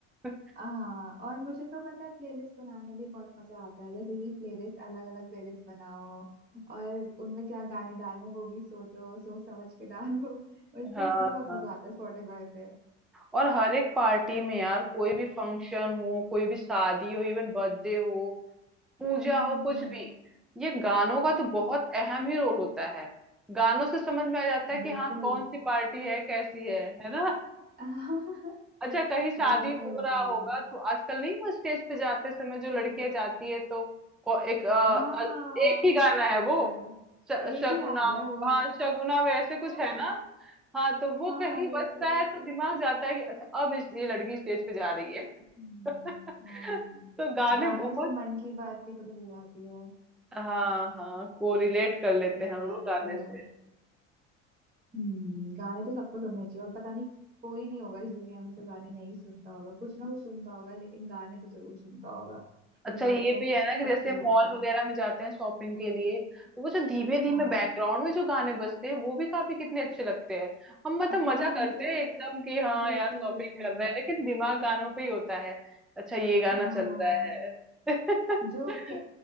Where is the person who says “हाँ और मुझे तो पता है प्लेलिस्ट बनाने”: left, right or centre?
Right